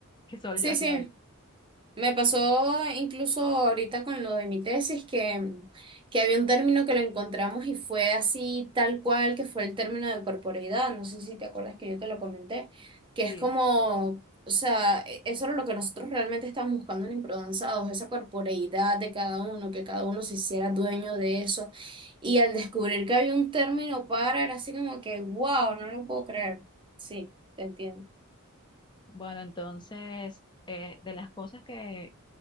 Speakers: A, on the left; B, on the right.
A: que solo
B: Sí,
A: yo hacía
B: sí,
A: eso.
B: Me pasó
A: Bueno,
B: incluso ahorita con lo de mi tesis que, que había un término que lo encontramos y fue así tal cual, que fue el término de corporeidad. No sé si te acuerdas que yo te lo comenté, que es
A: sí.
B: como, o sea, e- eso era lo que nosotros realmente estábamos buscando en Improdanzados, esa corporeidad de cada uno, que cada uno se hiciera dueño de eso. Y al descubrir que había un término para, era así como que, wow, no lo puedo creer. Sí, te entiendo.
A: Bueno, entonces, eh, de las cosas que